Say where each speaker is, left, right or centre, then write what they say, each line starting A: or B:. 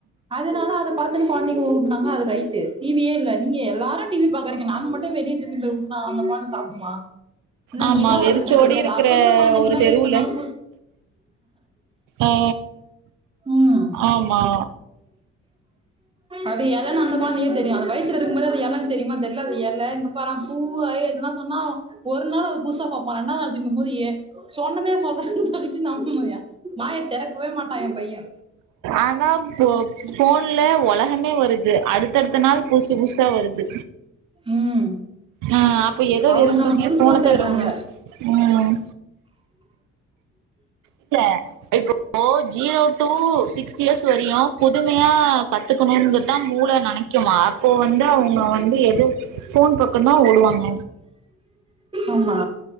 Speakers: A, on the right; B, on the right.
A: அதனால அத பாத்துணு கொழந்தைங்க ஒடுனாங்க ரைட் டிவியே இல்ல நீங்க எல்லாரும் டிவி பாக்கறீங்க நாங்க மட்டும் வெளிய தூக்கி போய் உட்ட அந்த கொழந்த பாவம் சாப்டுமா என்ன
B: ஆமா
A: நீலா
B: வெறிச்சோடி
A: அதுக்குன்ன தெரியாது
B: இருக்கிற
A: அப்பிறந்த குழந்தைங்காலாம்
B: ஒரு தெருவுல
A: எது சொன்னாலும்
B: ஆ
A: ம்
B: ஆமா
A: அது எல ந அந்த தெரியும் அது வயத்துல இருக்கு போதே எலனு தெரியுமா தெரியல அது இல இங்க பாறேன பூ அதுலாம் சொன்னா ஒரு நாள் அது புதுசா பாபான் இண்டாவது நாள் திரும்பும்போது ஏ சொன்னதே சொல்றேன்னு சொல்லி <unintelligible> வாய திறக்கவே மாட்டான் என் பையன்
B: ஆனா போ போன் போன்ல உலகமே வருது அடுத்தடுத்த நாள் புதுசு புதுசா வருது
A: ம்
B: ஆ அப்ப எத
A: அவனுங்க
B: விரும்புங்க
A: அந்த புதுசுதா
B: போன்ன தான்
A: தேட்றாங்க
B: விரும்புங்க ம் இல்ல இப்ப ஜீரோ டூ சிக்ஸ் இயர்ஸ் வரையும் புதுமையா கத்துக்கணுங்கதான் மூளை நினைக்குமா அப்போ வந்து அவங்க வந்து எது போன் பக்கம் தா ஓடுவாங்க
A: ஆமா